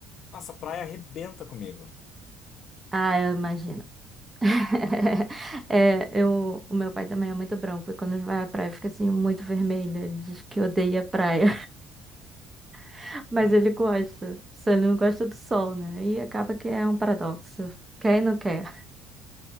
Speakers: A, on the left; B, on the right.
A: Nossa, a praia arrebenta comigo.
B: Ah, eu imagino. <laughs> É, eu, o meu pai também é muito branco e quando vai à praia fica assim muito vermelho. Ele diz que odeia a praia, <laughs> mas
A: Ai,
B: ele gosta. Só ele não gosta do sol, né? E acaba que é um paradoxo. Quer e não quer.